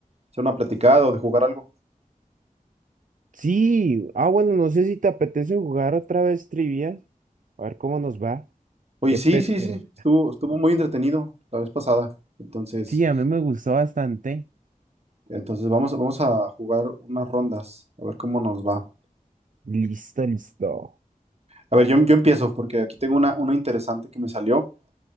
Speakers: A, on the right; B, on the right.
A: hacer una platicada o de jugar algo?
B: Sí, ah, bueno, no sé si te apetece jugar otra vez trivias. A ver cómo nos va.
A: Oye,
B: ¿Qué
A: sí,
B: prefieres?
A: sí, sí, estuvo, estuvo muy entretenido la vez pasada. Entonces,
B: Sí, a mí me gustó bastante.
A: entonces vamos, vamos a jugar unas rondas, a ver cómo nos va.
B: Listo, listo.
A: A ver, yo, yo empiezo porque aquí tengo una, una interesante que me salió.